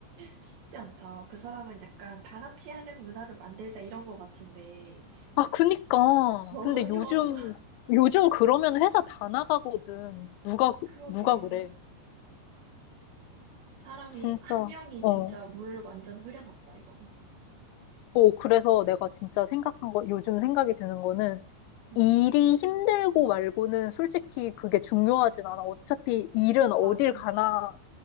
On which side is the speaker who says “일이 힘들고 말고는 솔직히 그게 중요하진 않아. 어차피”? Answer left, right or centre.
Left